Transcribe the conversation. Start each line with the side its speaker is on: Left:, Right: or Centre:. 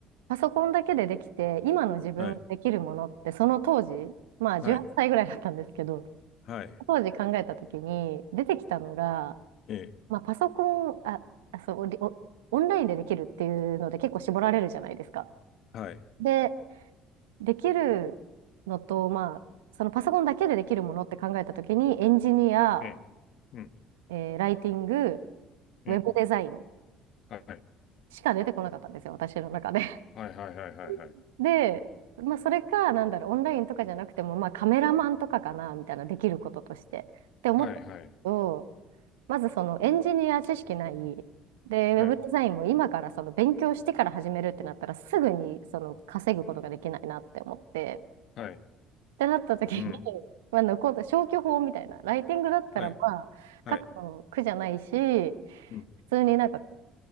Right: パソコンだけでできて、今の自分ができるものって、
Left: はい。
Right: その当時、まあ18歳ぐらいだったんですけど、
Left: はい。はい。
Right: 当時考えた時に出てきたのが、
Left: ええ。
Right: まあパソコン、あ、あそう、お、オンラインでできるっていうので結構絞られるじゃないですか。
Left: はい。
Right: で、できるのと、まあ、そのパソコンだけでできるものって考えたときに、エンジニア、
Left: ええ。うん。
Right: えーライティング、
Left: ええ。
Right: ウェブデザイン
Left: はい。
Right: しか出てこなかったんですよ、私の中で。
Left: はいはいはいはいはい。
Right: <laughs> で、まあ、それか、なんだろう、オンラインとかじゃなくても、まあ、カメラマンとかかな、みたいな、できることとして。って思ったんですけど、
Left: はいはい
Right: まずそのエンジニア知識ない、で、ウェブデザインも今からその勉強してから始めるってなったら、
Left: はい。
Right: すぐにその稼ぐことができないなって思って。
Left: はい。
Right: ってなった時に、
Left: うん。
Right: <laughs> まあ、残った消去法みたいな、ライティングだったら、
Left: はい。
Right: まあ、
Left: はい。
Right: 書くの苦じゃないし、
Left: うん。
Right: 普通になんか、